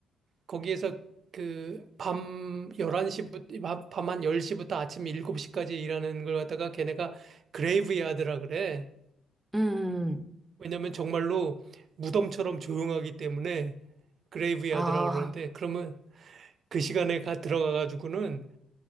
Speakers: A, on the right; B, on the right.
A: 거기에서 그 밤 11시부터, 밤한 10시부터 아침 7시까지 일하는 걸 갖다가 걔네가 그레이브야드라 그래.
B: 응. 응.
A: 왜냐면 정말로 무덤처럼 조용하기 때문에 그레이브야드라
B: 아,
A: 그러는데 그러면 그 시간에 가 들어가 가지고는